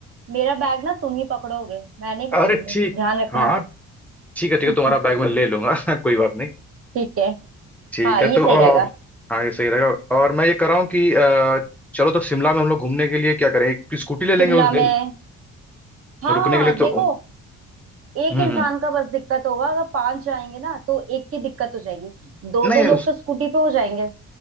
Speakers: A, on the right; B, in the centre.
A: मेरा बैग ना तुम ही पकड़ोगे मैं नहीं पकड़ूंगी
B: अरे ठीक
A: ध्यान रखना
B: हाँ हाँ ठीक है ठीक
A: <laughs>
B: है तुम्हारा बैग मैं ले लूंगा <laughs> कोई बात नहीं
A: ठीक है
B: ठीक
A: हाँ
B: है
A: ये
B: तो
A: सही
B: अ,
A: रहेगा
B: हाँ ये सही रहेगा और मैं ये कर रहा हूँ कि अ, चलो तो शिमला में हम लोग घूमने के लिए क्या करें एक स्कूटी ले लेंगे
A: शिमला
B: उस दिन
A: में हाँ
B: रुकने के लिए
A: देखो
B: तो
A: एक
B: हम्म
A: इंसान
B: हम्म
A: का बस दिक्कत होगा अगर पांच जाएंगे ना तो एक की दिक्कत हो जाएगी दो
B: नहीं
A: दो लोग तो स्कूटी पे हो जाएंगे